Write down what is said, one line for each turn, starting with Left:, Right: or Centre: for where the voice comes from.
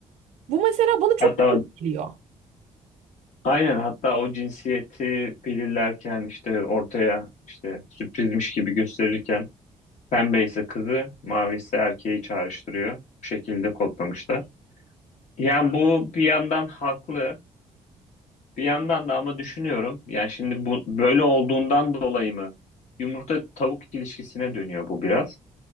Right: Bu mesela bana çok
Left: Hatta
Right: garip geliyor.
Left: Aynen hatta o cinsiyeti belirlerken işte ortaya işte sürprizmiş gibi gösterirken pembe ise kızı, mavi ise erkeği çağrıştırıyor. Bu şekilde kodlamışlar. Yani bu bir yandan haklı, bir yandan da ama düşünüyorum. Yani şimdi bu böyle olduğundan dolayı mı yumurta tavuk ilişkisine dönüyor bu biraz.